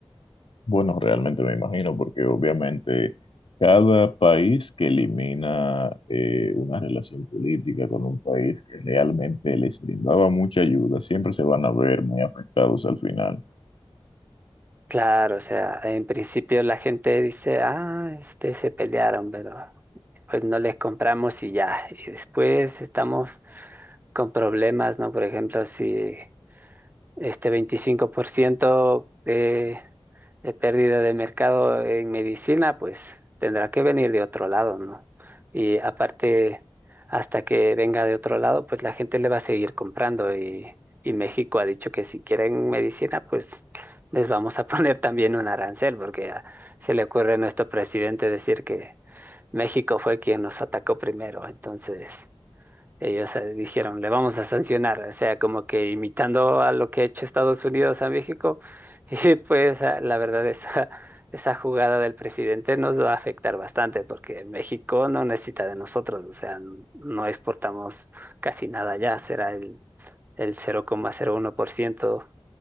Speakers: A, on the left; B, on the right.
A: Bueno, realmente me imagino, porque obviamente cada país que elimina eh, una relación política con un país que realmente les brindaba mucha ayuda, siempre se van a ver muy afectados al final.
B: Claro, o sea, en principio la gente dice, ah, este, se pelearon, pero pues no les compramos y ya. Y después estamos con problemas, ¿no? Por ejemplo, si este 25% de, de pérdida de mercado en medicina, pues tendrá que venir de otro lado, ¿no? Y aparte, hasta que venga de otro lado, pues la gente le va a seguir comprando y, y México ha dicho que si quieren medicina, pues les vamos a <laughs> poner también un arancel, porque a- se le ocurre a nuestro presidente decir que México fue quien nos atacó primero, entonces... Ellos eh, dijeron, le vamos a sancionar, o sea, como que imitando a lo que ha hecho Estados Unidos a México. <laughs> Y pues ah, la verdad, esa, esa jugada del presidente nos va a afectar bastante porque México no necesita de nosotros, o sea, n- no exportamos casi nada ya, será el, el 0,01%